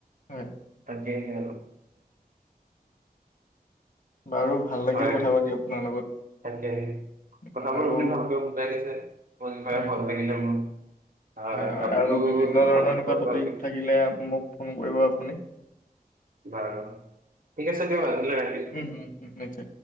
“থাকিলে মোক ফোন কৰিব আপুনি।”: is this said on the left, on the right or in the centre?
Left